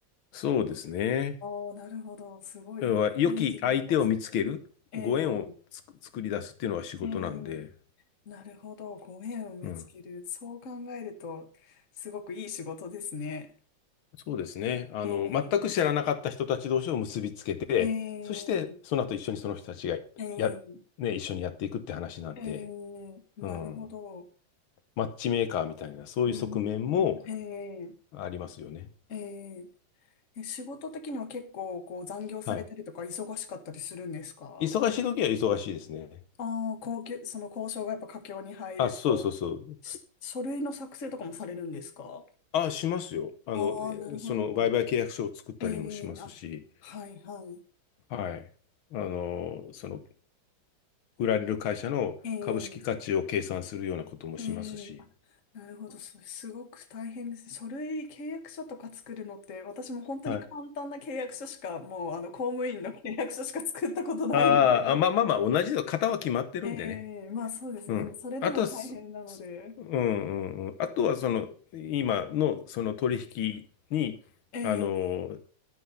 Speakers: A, on the left (about 80°); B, on the left (about 40°).
A: そうですね。
B: ああ、なるほど。すごいですね。
A: 要は良き相手を見つける、
B: 全然自分とは違う。
A: ご縁をつく作り出すっていうのが仕事なんで、
B: ええええなるほど。ご縁を見つける。
A: うん。
B: そう考えると、すごくいい仕事ですね。
A: そうですね。あの、
B: ええ
A: 全く知らなかった人たち同士を結びつけて、
B: ええ
A: そしてその後一緒にその人たちがや、
B: ええ
A: ね、一緒にやっていくって話なんで、
B: えーなるほど。
A: うん。マッチメーカーみたいな、そういう側面も
B: うーん、ええ
A: ありますよね。
B: えええ仕事的には結構こう残業されたりとか忙しかったりするんですか
A: はい。忙しい時は忙しいですね。
B: ああ、高級、その交渉がやっぱ佳境に入ると、
A: あ、そうそうそう。
B: し書類の作成とかもされるんですか
A: あ、しますよ。あの、
B: ああー、
A: えその売買契約書を作ったりもしますし、
B: なるほど。ええあ、はいはい。
A: はい。あの、その、売られる会社の株式価値を計算するようなこともしますし、
B: ええええあ、なるほど。それすごく大変ですね。書類、契約書とか作るのって、私も本当に簡単な契約書しか、
A: はい。
B: もう、あの、公務員の契約書しか作ったことないので。
A: あーあ、まあまあまあ、同じだ。型は決まってるんでね。
B: ええまあそうですね。
A: うん。
B: でも、それでも大変なので。
A: あとはす、すうんうんうん。あとは、その、今のその取引に、
B: ええ
A: あの、